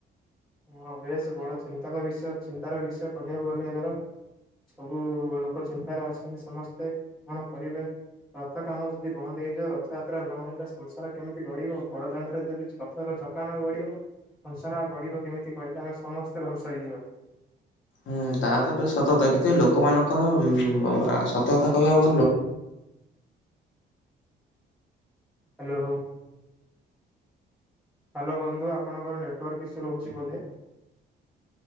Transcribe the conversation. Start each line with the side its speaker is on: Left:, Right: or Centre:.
Centre: ହଁ ବେଶ ବଡ ଚିନ୍ତାକ ବିଷୟ ଚିନ୍ତାର ବିଷୟ କହିବାକୁ ଗଲେ <inaudible> ସବୁ ଲୋକ ଚିନ୍ତାରେ ଅଛନ୍ତି ସମସ୍ତେ କଣ କରିବେ ରଥ କାମ ଯଦି ବନ୍ଦ ହେଇଯିବ ରଥଯାତ୍ରା ନହେଲେ ସଂସାର କେମିତି ଗଢିବ ବଡ ଦାଣ୍ଡରେ ଯଦି ରଥର ଚକା ନ ଗଡିବ ସଂସାର ଗଢିବ କେମିତି କହିଥା ସମସ୍ତେ ଧ୍ୱଂସ ହେଇଯିବ।
Left: ହୁଁ ତାହା ତ ପୁରା ସତ କଥା କିନ୍ତୁ ଲୋକମାନଙ୍କର ଉଁମ୍ ସତକଥା କହିବାକୁ ଗଲେ ଲୋ
Centre: ହାଲୋ ହାଲୋ ବନ୍ଧୁ ଆପଣଙ୍କର ନେଟୱାର୍କ ଇସୁ ରହୁଛି ବୋଧେ